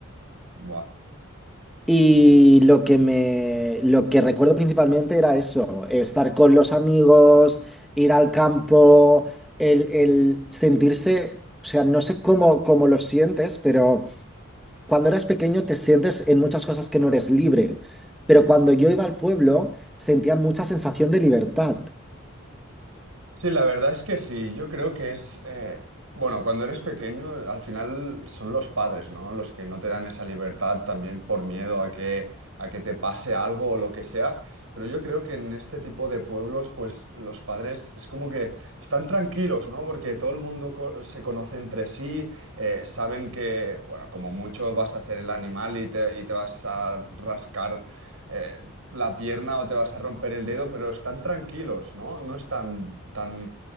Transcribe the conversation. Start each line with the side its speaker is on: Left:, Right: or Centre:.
Right: Buah.
Centre: Y lo que me, lo que recuerdo principalmente era eso, estar con los amigos, ir al campo, el, el sentirse, o sea, no sé cómo, cómo lo sientes, pero cuando eras pequeño te sientes en muchas cosas que no eres libre, pero cuando yo iba al pueblo sentía mucha sensación de libertad.
Right: Sí, la verdad es que sí. Yo creo que es, eh, bueno, cuando eres pequeño, al final son los padres, ¿no? Los que no te dan esa libertad también por miedo a que, a que te pase algo o lo que sea. Pero yo creo que en este tipo de pueblos, pues los padres es como que están tranquilos, ¿no? Porque todo el mundo co- se conoce entre sí, eh, saben que, bueno, como mucho vas a hacer el animal y te, y te vas a rascar. eh, la pierna o te vas a romper el dedo, pero están tranquilos, ¿no? No están tan,